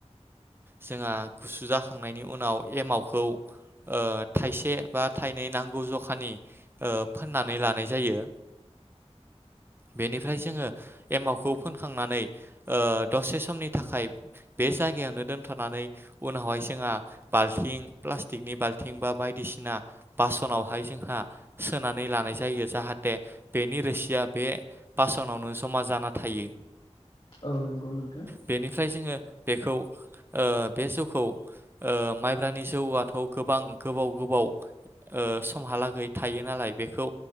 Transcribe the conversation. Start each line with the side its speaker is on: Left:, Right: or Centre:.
Right: जोंहा गुसु जाखांनायनि उनाव एमावखौ ओ थाइसे बा थाइनै नांगौ जखानि ओ फोननानै लानाय जायो बेनिफ्राय जोङो एमावखौ फोनखांनानै ओ दसे समनि थाखाय बे जायगायावनो दोनथ'नानै उनावहाय जोंहा बाल्थिं प्लास्टिकनि बाल्थिं बा बायदिसिना बासनावहाय जोंहा सोनानै लानाय जायो जाहाथे बेनि रोसिया बे बासनावनो जमा जाना थायो
Left: औ नंगौ नोंथां
Right: बेनिफ्राय जोङो बेखौ ओ बे जौखौ ओ माइब्रानि जौआथ' गोबां गोबाव गोबाव ओ समहालागै थायो नालाय बेखौ